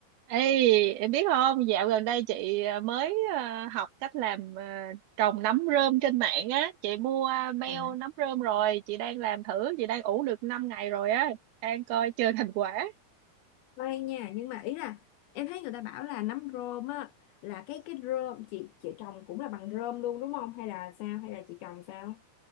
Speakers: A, on the right (about 75°); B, on the left (about 75°).
A: Ê, em biết không, dạo gần đây chị à, mới à, học cách làm à, trồng nấm rơm trên mạng á, chị mua à, beo
B: À.
A: nấm rơm rồi, chị đang làm thử, chị đang ủ được 5 ngày rồi á, đang coi chờ thành quả.
B: Khoan nha nhưng mà ý là em thấy người ta bảo là nấm rơm á là cái cái rơm chị chị trồng cũng là bằng rơm luôn đúng không hay là sao hay là chị trồng sao